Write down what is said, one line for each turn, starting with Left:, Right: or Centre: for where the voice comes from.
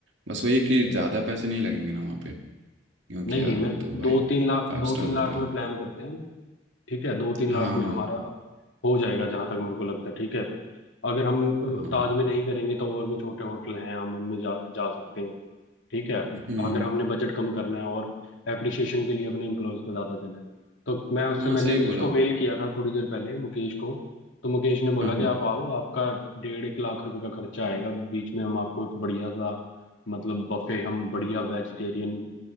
Right: बस वही है कि ज़्यादा पैसे नहीं लगेंगे ना वहाँ पे क्योंकि
Left: नहीं
Right: यार
Left: नहीं
Right: वो
Left: मेरे
Right: तो भाई
Left: दो तीन लाख
Right: फाइव
Left: दो
Right: स्टार
Left: तीन
Right: होटल
Left: लाख में
Right: है
Left: प्लान करते हैं ठीक है दो तीन
Right: हाँ
Left: लाख में
Right: हाँ
Left: हमारा हो जाएगा जहां तक मेरे को लगता है ठीक है अगर हम
Right: हाँ
Left: ताज में नहीं करेंगे तो और भी छोटे होटल हैं हम उनमें जा जा सकते हैं ठीक है
Right: हम्म
Left: अगर हमने बजट कम करना है और एप्रिसिएशन के लिए अपने एम्प्लॉयज को ज़्यादा देना है तो मैं उससे
Right: हाँ
Left: मैंने
Right: सही
Left: अभी
Right: बोला
Left: उसको मेल किया था थोड़ी देर पहले मुकेश को तो मुकेश ने बोला
Right: हाँ हाँ
Left: कि आप आओ आपका डेढ़ एक लाख रुपए का खर्चा आएगा बीच में हम आपको एक बढ़िया सा मतलब बफे हम बढ़िया वेजिटेरियन